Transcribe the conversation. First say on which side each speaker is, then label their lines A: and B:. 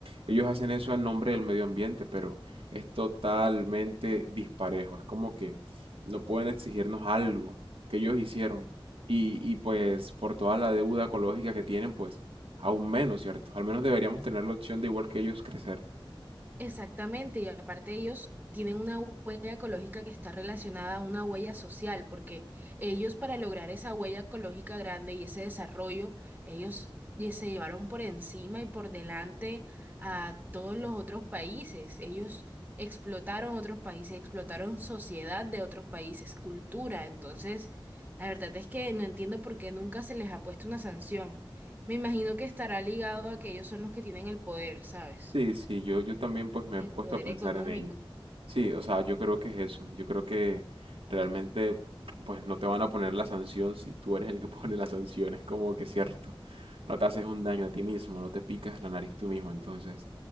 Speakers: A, on the right; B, on the right.
A: ellos hacen eso en nombre del medio ambiente, pero es totalmente disparejo. Es como que no pueden exigirnos algo que ellos hicieron. Y, y pues por toda la deuda ecológica que tienen, pues aún menos, ¿cierto? Al menos deberíamos tener la opción de igual que ellos crecer.
B: Exactamente, y aparte ellos tienen una huella ecológica que está relacionada a una huella social, porque ellos para lograr esa huella ecológica grande y ese desarrollo, ellos y se llevaron por encima y por delante a todos los otros países. Ellos explotaron otros países, explotaron sociedad de otros países, cultura. Entonces, la verdad es que no entiendo por qué nunca se les ha puesto una sanción. Me imagino que estará ligado a que ellos son los que tienen el poder, ¿sabes?
A: Sí, sí, yo, yo también pues me
B: El
A: he puesto
B: poder
A: a pensar
B: económico.
A: en ello. Sí, o sea, yo creo que es eso. Yo creo que realmente pues no te van a poner la sanción si tú eres el que <laughs> pone la sanción. Es como que cierto. No te haces un daño a ti mismo, no te picas la nariz tú mismo. Entonces,